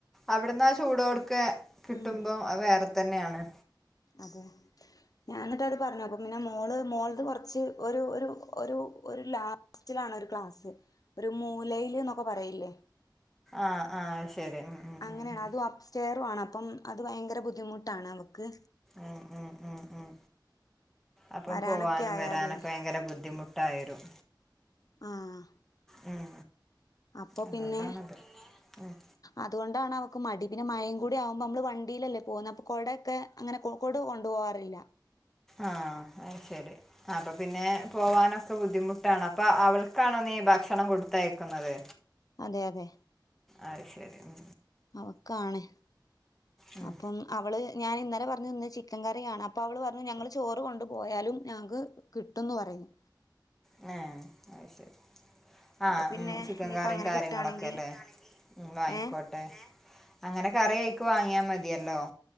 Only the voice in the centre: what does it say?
അവിടുന്ന് ആ ചൂടോടുക്കെ കിട്ടുമ്പം
വേറെ തന്നെയാണ്
ആഹ്ആഹ് ശരി ഉം
ഉം ഉം
ഉം ഉം ഉം ഉം അപ്പം
പോവാനും
വരാനൊക്കെ ഭയങ്കര ബുദ്ധിമുട്ടായേരും
ഉം
അതുകൊണ്ടാണത്
ഉം
ആഹ് അഹ് ശരി ആഹ് അപ്പൊ പിന്നെ പോവാനൊക്കെ ബുദ്ധിമുട്ടാണ് അപ്പൊ അവൾക്കാണോ നീ ഭക്ഷണം കൊടുത്തയക്കുന്നത്
അത് ശരി ഉം
ഉം
ന്നേ ആഹ് അത് ശരി ആഹ്
ഉം ചിക്കൻ
കറിയും
കാര്യങ്ങളൊക്കെ
അല്ലേ വാങ്ങിക്കോട്ടെ
അങ്ങനെ കറി ആയിക്ക് വാങ്ങിയാൽ മതിയല്ലോ